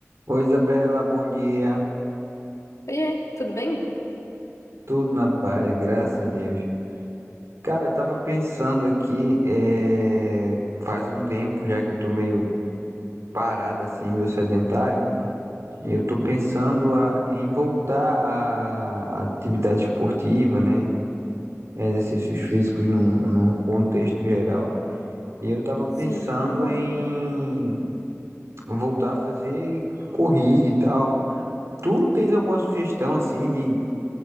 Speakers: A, on the right; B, on the left.
A: Oi, Isabela, bom dia.
B: Oiê, tudo bem?
A: Tudo na paz, graças a Deus. Cara, eu tava pensando aqui, é, faz um tempo já que eu tô meio parado assim, meio sedentário, e eu tô pensando a- em voltar à à atividade esportiva, né? Exercícios físicos num, num contexto geral. E eu tava pensando
B: Sim, é bom.
A: em voltar a fazer corrida e tal. Tu tens alguma sugestão assim de